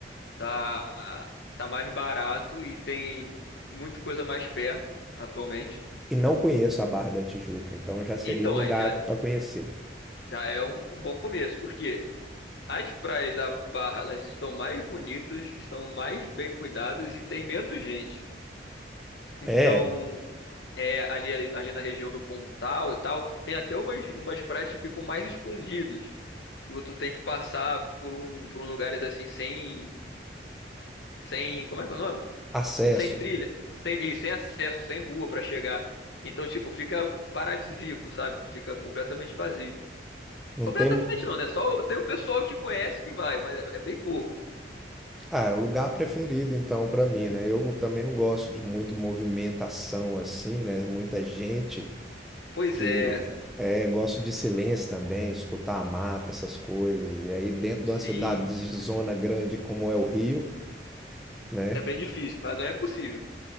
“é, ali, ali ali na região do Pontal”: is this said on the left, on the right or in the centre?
Left